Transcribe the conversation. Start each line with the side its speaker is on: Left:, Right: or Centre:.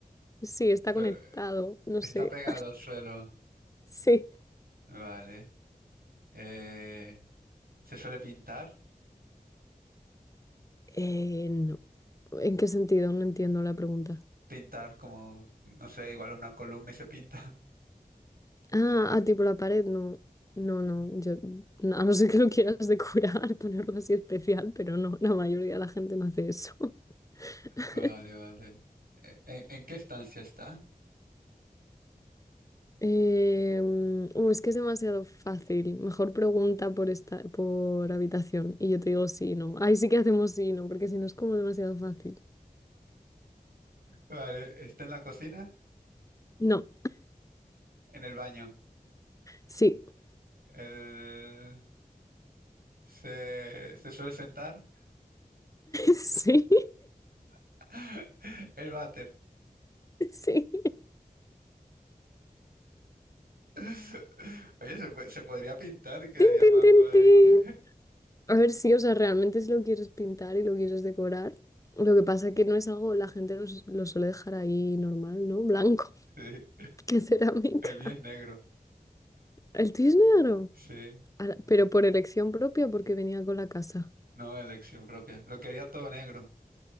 Left: sí, está
Right: pero
Left: conectado, no
Right: está
Left: sé,
Right: pegado al suelo.
Left: <laughs> sí.
Right: Vale. Eh, ¿se suele pintar?
Left: Eh, no. ¿En
Right: No.
Left: qué sentido? No entiendo la pregunta.
Right: Pintar como, no sé, igual es una columna y se pinta.
Left: Ah, ah, tipo la pared, no. No, no,
Right: <laughs>
Left: yo, no, a no ser que lo quieras decorar, <laughs> ponerlo así especial, pero no, la mayoría de la gente no hace eso. <laughs>
Right: Vale, vale. Eh, ¿En, en qué estancia está?
Left: Em, uh, es que es demasiado fácil. Mejor pregunta por esta, por habitación. Y yo te digo sí y no. Ahí sí que hacemos sí y no, porque si no es como demasiado fácil.
Right: Vale, ¿está en la cocina?
Left: No,
Right: En el baño.
Left: sí. <laughs>
Right: El... Se, se suele sentar.
Left: Sí,
Right: <laughs> El váter.
Left: sí.
Right: <laughs> Oye, se, po- se podría pintar y quedaría
Left: Tin, tin,
Right: más
Left: tin,
Right: guay.
Left: tin.
Right: <laughs>
Left: A ver si, o sea, realmente si lo quieres pintar y lo quieres decorar. Lo que pasa que no es algo, la gente lo, s- lo suele dejar ahí normal, ¿no? Blanco,
Right: Sí.
Left: <laughs> que cerámica.
Right: El mío es negro.
Left: El tuyo es negro.
Right: Sí.
Left: Ala, Pero por elección propia, porque venía con la casa.
Right: No, elección propia. Lo quería todo negro.